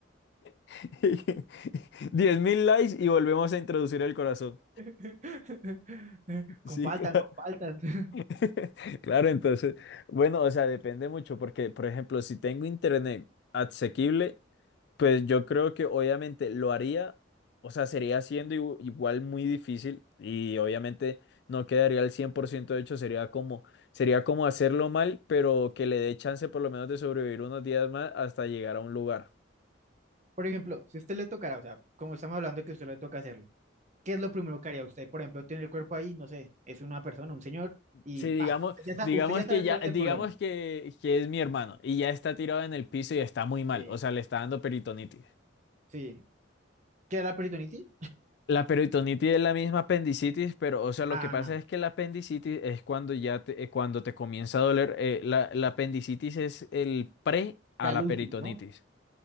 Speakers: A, on the left; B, on the right.
A: <laughs> 10.000 likes y volvemos a introducir el corazón.
B: <laughs>
A: Sí,
B: Compartan,
A: claro.
B: compartan. <laughs>
A: <laughs> Claro, entonces, bueno, o sea, depende mucho porque, por ejemplo, si tengo internet asequible, Pues yo creo que obviamente lo haría, o sea, sería siendo igu- igual muy difícil y obviamente no quedaría al 100% hecho, sería como, sería como hacerlo mal, pero que le dé chance por lo menos de sobrevivir unos días más hasta llegar a un lugar.
B: Por ejemplo, si a usted le tocará, o sea, como estamos hablando que a usted le toca hacerlo, ¿qué es lo primero que haría usted? Por ejemplo, tiene el cuerpo ahí, no sé, es una persona, un señor, y
A: Sí,
B: pa,
A: digamos,
B: usted ya, sa-
A: digamos
B: usted ya sabe
A: que ya,
B: cuál
A: digamos
B: es el problema.
A: que, que es mi hermano y ya está tirado en el piso y está muy mal,
B: Sí.
A: o sea, le está dando peritonitis.
B: Sí. ¿Qué era la peritonitis?
A: La peritonitis es la misma apendicitis, pero, o sea, lo
B: Ah.
A: que pasa es que la apendicitis es cuando ya te, eh, cuando te comienza a doler. eh, la, la apendicitis es el pre a
B: Ya
A: la
B: el último,
A: peritonitis.
B: ¿no?